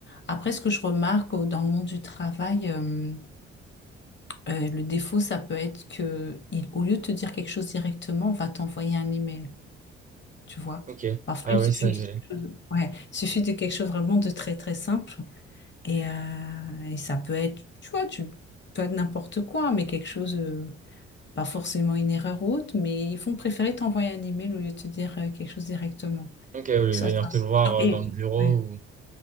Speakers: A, on the left (about 35°); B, on the right (about 25°).
A: Après, ce que je remarque au- dans le monde du travail, euh, euh, le défaut, ça peut être que, il- au lieu de te dire quelque chose directement, on va t'envoyer un email, tu vois.
B: Ok.
A: Parfois,
B: Ah
A: il
B: ouais,
A: suffit
B: ça, j'ai...
A: Ouais, il suffit de quelque chose vraiment de très très simple et, euh, et ça peut être, tu vois, tu peux être n'importe quoi, mais quelque chose, euh, pas forcément une erreur ou autre, mais ils vont préférer t'envoyer un email au lieu de te dire euh, quelque chose directement.
B: Ok, au lieu
A: Ça,
B: de venir
A: ça.
B: te le voir euh,
A: Et
B: dans le bureau
A: oui,
B: ou...